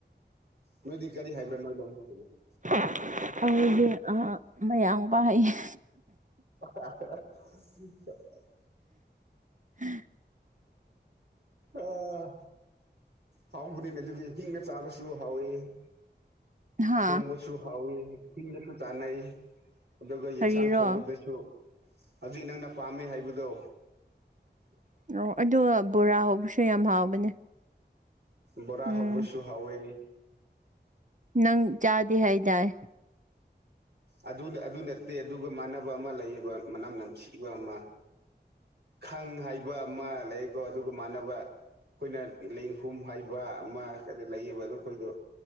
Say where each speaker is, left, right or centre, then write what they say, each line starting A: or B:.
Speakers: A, on the right (about 65°); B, on the right (about 45°).
A: ꯅꯣꯏꯗꯤ ꯀꯔꯤ ꯍꯥꯏꯕ꯭ꯔꯥ <unintelligible>
B: <unintelligible> ꯑꯩꯗꯤ ꯃꯌꯥꯝ ꯄ ꯍꯩ <inaudible>
A: <unintelligible>
B: ꯎꯝ
A: ꯑꯥ ꯍꯥꯎꯕꯅꯤꯅꯦ ꯑꯗꯨꯗꯤ ꯍꯤꯡꯒ ꯆꯥꯕꯁꯨ ꯍꯥꯎꯏꯤ
B: ꯍꯥ
A: ꯊꯣꯡꯕꯁꯨ ꯍꯥꯎꯋꯤ ꯏꯁꯤꯡꯒꯁꯨ ꯆꯥꯟꯅꯩ ꯑꯗꯨꯒ ꯌꯦꯟꯁꯥꯡ
B: ꯀꯔꯤꯔꯣ
A: ꯊꯣꯡꯕꯗꯁꯨ ꯍꯧꯖꯤꯛ ꯅꯪꯅ ꯄꯥꯝꯃꯦ ꯍꯥꯏꯕꯗꯣ <unintelligible>
B: ꯑꯣ ꯑꯗꯣ ꯕꯣꯔꯥ ꯍꯧꯕꯁꯨ ꯌꯥꯝ ꯍꯥꯎꯕꯅꯦ
A: ꯕꯣꯔ
B: ꯎꯝ
A: ꯍꯧꯕꯁꯨ ꯍꯥꯎꯋꯦ
B: ꯅꯪ ꯆꯥꯗꯦ ꯍꯥꯏꯗꯥꯏ
A: ꯑꯗꯨ ꯑꯗꯨ ꯅꯠꯇꯦ ꯑꯗꯨꯒ ꯃꯥꯟꯅꯕ ꯑꯃ ꯂꯩꯌꯦꯕ ꯃꯅꯝ ꯅꯝꯁꯤꯕ ꯑꯃ ꯈꯪ ꯍꯥꯏꯕ ꯑꯃ ꯂꯩꯀꯣ ꯑꯗꯨꯒ ꯃꯥꯟꯅꯕ ꯑꯩꯈꯣꯏꯅ ꯂꯦꯡꯍꯨꯝ ꯍꯥꯏꯩꯕ ꯑꯃ ꯂꯩꯌꯦꯕ ꯑꯗꯨꯣ ꯑꯩꯈꯣꯏꯗꯣ